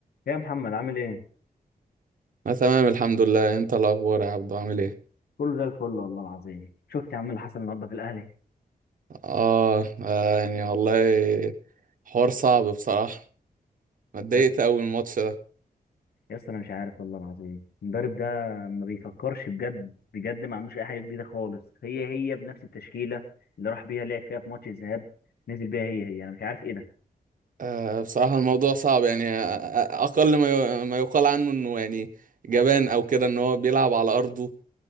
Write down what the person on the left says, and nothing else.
يا محمد عامل ايه؟
كله زي الفل والله العظيم شفت يا عم اللي حصل النهارده في الاهلي
يا اسطى
يا اسطى انا مش عارف والله العظيم المدرب ده ما بيفكرش بجد بجد ما عندوش اي حاجه جديده خالص هي هي بنفس التشكيله اللي راح بيها لعب فيها في ماتش الذهاب نزل بيها هي هي انا مش عارف ايه ده